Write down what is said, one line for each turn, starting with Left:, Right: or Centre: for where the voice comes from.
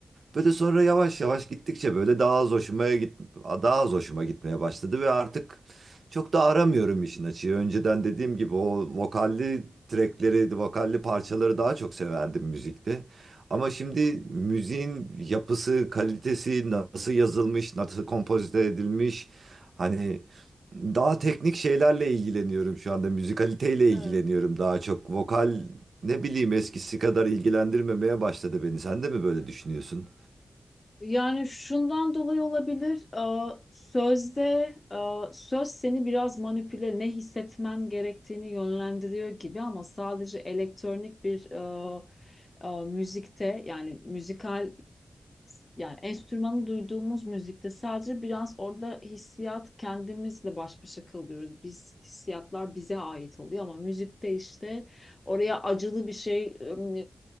Right: Böyle sonra yavaş yavaş gittikçe böyle daha az hoşuma git daha az hoşuma gitmeye başladı ve artık çok da aramıyorum işin açığı. Önceden dediğim gibi o vokalli trackleri, vokalli parçaları daha çok severdim müzikte. Ama şimdi müziğin yapısı, kalitesi, nasıl yazılmış, nasıl kompozite edilmiş, hani daha teknik şeylerle ilgileniyorum şu anda. Müzikaliteyle
Left: Evet.
Right: ilgileniyorum daha çok. Vokal ne bileyim eskisi kadar ilgilendirmemeye başladı beni. Sen de mi böyle düşünüyorsun?
Left: Yani şundan dolayı olabilir. e, Sözde e, söz seni biraz manipüle, ne hissetmen gerektiğini yönlendiriyor gibi ama sadece elektronik bir e, e, müzikte yani müzikal yani enstrümanı duyduğumuz müzikte sadece biraz orada hissiyat kendimizle baş başa kalıyoruz. Biz hissiyatlar bize ait oluyor ama müzikte işte oraya acılı bir şey ım,